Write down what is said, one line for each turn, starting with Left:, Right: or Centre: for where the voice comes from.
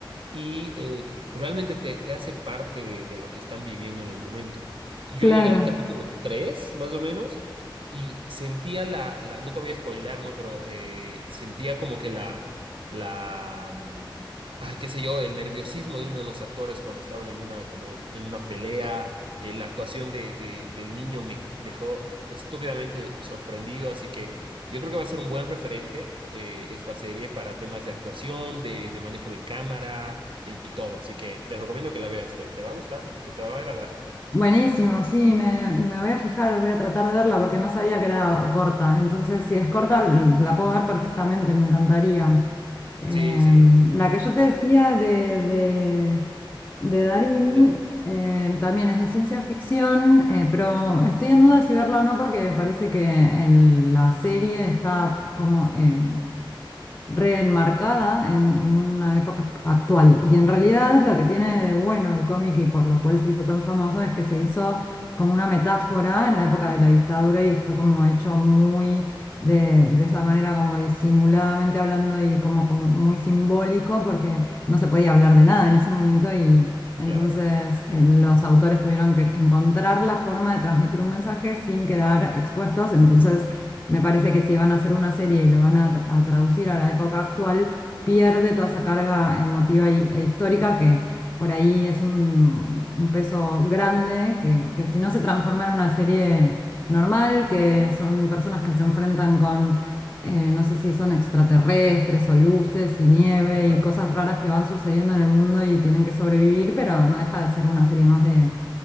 Right: y eh, realmente te, te hace parte de, de lo que están viviendo en el momento. Yo
Left: Claro.
Right: llegué al capítulo 3 más o menos, y sentía la, la- no te voy a spoilear, ¿no? Pero eh, sentía como que la, la, mm, ay, qué sé yo, el nerviosismo de uno de los actores cuando estaban en una, como en una pelea, eh, la actuación de, de- del niño me dejó estúpidamente sorprendido, así que... Yo creo que va a ser un buen referente eh, esta serie para temas de actuación, de, de manejo de cámara, y, y todo. Así que te recomiendo que la veas, te, te va a gustar, te, te va a agradar.
Left: Buenísimo, sí, me, me voy a fijar, voy a tratar de verla porque no sabía que era corta. Entonces, si es corta, l- la puedo ver perfectamente, me encantaría. Em,
Right: Sí, sí.
Left: la que yo
Right: Es
Left: te decía
Right: un-
Left: de, de, de Darín
Right: ¿Darín?
Left: Eh, también es de ciencia ficción, eh, pero estoy en duda si verla o no porque me parece que el- la serie está como eh, reenmarcada en, en una época actual. Y en realidad lo que tiene de bueno el cómic y por lo cual se hizo tan famoso es que se hizo como una metáfora en la época de la dictadura y fue como hecho muy de, de esa manera como disimuladamente hablando y como, como muy simbólico porque no se podía hablar de nada en ese momento y entonces,
Right: Claro,
Left: eh, los autores tuvieron que encontrar la forma de transmitir un mensaje sin quedar expuestos. Entonces, me parece que si van a hacer una serie y lo van a, tra- a traducir a la época actual, pierde toda esa carga emotiva y- e histórica que por ahí es un, un peso grande que, que si no se transforma en una serie normal, que son personas que se enfrentan con eh, no sé si son extraterrestres o luces y nieve
Right: Ajá,
Left: y cosas raras que van sucediendo en el mundo y tienen que sobrevivir, pero no deja de ser una serie más de,